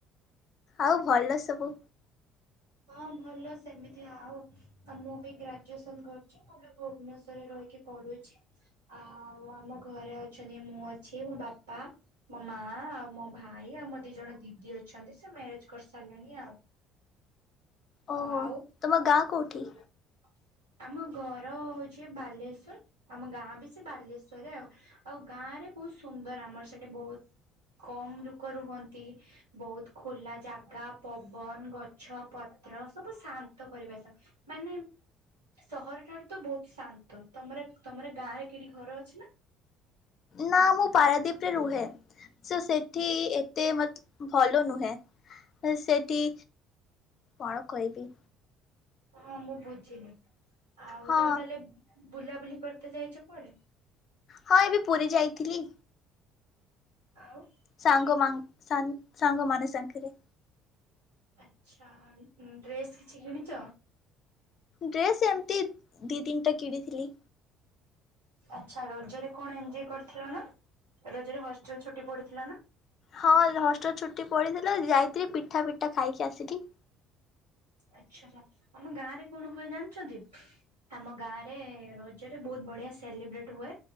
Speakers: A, on the left (about 45°); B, on the right (about 75°).
A: ଆଉ ଭଲ ସବୁ।
B: ହଁ ଭଲ ସେମିତି ଆଉ। ଆ ମୁଁ ବି ଗ୍ରାଜୁଏସନ କରୁଛି ମୁଁ ବି ଭୁବନେଶ୍ଵର ରେ ରହିକି ପଢୁଛି। ଆଉ ଆମ ଘରେ ଅଛନ୍ତି ମୁଁ ଅଛି ମୋ ବାପା ମୋ ମାଆ ଆଉ ମୋ ଭାଇ ଆଉ ମୋ ଦିଇ ଜଣ ଦିଦି ଅଛନ୍ତି ସେ ମ୍ୟାରେଜ କରିସାରିଲେଣି ଆଉ।
A: ଓହୋ
B: ଆଉ
A: ତମ ଗାଁ କୋଉଠି?
B: <inaudible> ଆମ ଘର ହୋଉଛି ବାଲେଶ୍ଵର ଆମ ଗାଁ ବି ସେ ବାଲେଶ୍ଵରରେ ଆଉ। ଆଉ ଗାଁ ରେ ବୋହୁତ ସୁନ୍ଦର ଆମର ସେଠି ବୋହୁତ କମ ଲୋକ ରୁହନ୍ତି ବୋହୁତ ଖୁଲା ଜାଗା ପବନ ଗଛ ପତ୍ର ସବୁ ଶାନ୍ତ ପରିବେଶ। ମାନେ ସହର ଠାରୁ ତ ବୋହୁତ ଶାନ୍ତ। ତମର ତମର ଗାଁ ରେ କେଠି ଘର ଅଛି ନା?
A: ନା ମୁଁ ପାରାଦ୍ଵୀପ ରେ ରୁହେ। ସୋ ସେଠି ଏତେ ମତେ ଭଲ ନୁହେଁ ସେଠି କଣ କହିବି?
B: ହଁ ମୁଁ ବୁଝିଲି ଆଉ
A: ହଁ
B: ତମେ ତାହେଲେ ବୁଲାବୁଲି କରିତେ ଯାଇଛ କୁଆଡେ?
A: ହଁ ଏବେ ପୁରୀ ଯାଇଥିଲି।
B: ଆଉ।
A: ସାଙ୍ଗ ମା ସାଙ୍ଗ ମାନସଙ୍କରେ।
B: ଆଚଛା ଡ୍ରେସ୍ କିଛି କିଣିଛ?
A: ଡ୍ରେସ ଏମିତି ଦି ତିନିଟା କିଣିଥିଲି।
B: ଆଚ୍ଛା ରଜରେ କଣ ଏଞ୍ଜୟ୍ କରିଥିଲ ନା ରଜରେ ହଷ୍ଟେଲ ଛୁଟି ପଡିଥିଲା ନା?
A: ହଁ ଲ ହଷ୍ଟେଲ ଛୁଟି ପଡିଥିଲା ଯାଇଥିଲି ପିଠା ପିଠା ଖାଇକି ଆସିଲି।
B: ଆଚ୍ଛା ଆଛା ଆମ ଗାଁ ରେ କଣ ହୁଏ ଜାଣିଛନ୍ତି? ଆମ ଗାଁରେ ରଜରେ ବହୁତ ବଢିଆ ସେଲିବ୍ରେଟ ହୁଏ